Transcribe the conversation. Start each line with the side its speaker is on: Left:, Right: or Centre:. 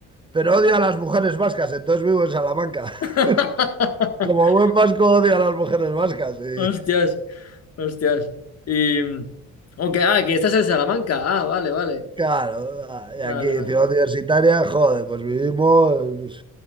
Right: pero odio a las mujeres vascas, entonces vivo en Salamanca.
Left: <laughs>
Right: <laughs> Como buen vasco odio a las mujeres vascas. Y
Left: Hostias, hostias. Y. Aunque, ah, que estás en Salamanca. Ah, vale, vale.
Right: <laughs> claro,
Left: Vale,
Right: y aquí,
Left: vale.
Right: ciudad universitaria, joder, pues vivimos, pues,